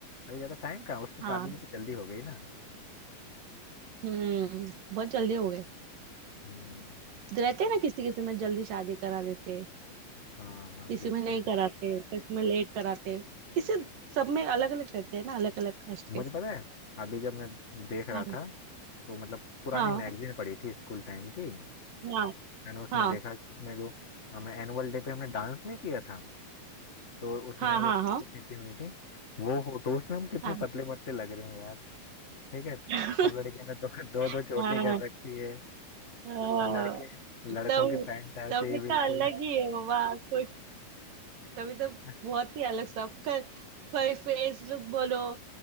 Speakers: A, on the left (about 35°); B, on the right (about 65°).
A: अभी ज्यादा टाइम कहाँ उसकी शादी
B: हाँ
A: भी तो जल्दी हो गई ना
B: हम्म बहुत जल्दी हो गए
A: हम्म
B: रहते हैं ना किसी किसी में जल्दी शादी करा देते हैं।
A: हाँ हाँ
B: किसी
A: बिल्कुल
B: में नहीं कराते
A: बिल्कुल।
B: किसी में लेट कराते किसी सब में अलग अलग रहते हैं ना अलग अलग कास्ट
A: मुझे
B: के
A: पता है अभी जब मैं देख रहा
B: हाँ
A: था तो मतलब पुरानी
B: हाँ
A: मैगजीन पड़ी थी स्कूल टाइम की
B: हाँ
A: मैंने उसमें
B: हाँ
A: देखा कि उसमें जो हमें एनुअल डे पे हमने डांस नहीं किया था तो उसमें
B: हाँ हाँ
A: जो फोटो
B: हाँ हाँ
A: खींची हुई थी वो फोटोज में हम कितने
B: हाँ
A: पतले पतले लग रहे हैं यार ठीक है
B: <laughs>
A: सब लड़कियों ने दो दो दो
B: हाँ,
A: चोटी कर रखी है
B: हाँ,
A: लड़के लड़कों
B: तब
A: की पैंट ऐसे
B: तभी
A: ही बिल्कुल
B: तो अलग ही है बाबा कुछ तभी तो
A: <laughs>
B: बहुत ही अलग सबका फेस लुक बोलो